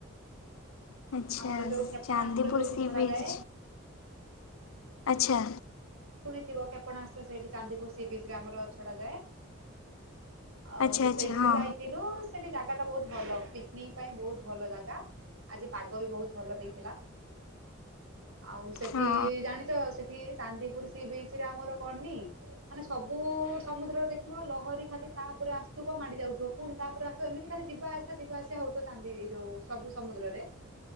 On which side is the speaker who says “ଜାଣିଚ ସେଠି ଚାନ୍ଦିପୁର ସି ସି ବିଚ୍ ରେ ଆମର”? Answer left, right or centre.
Right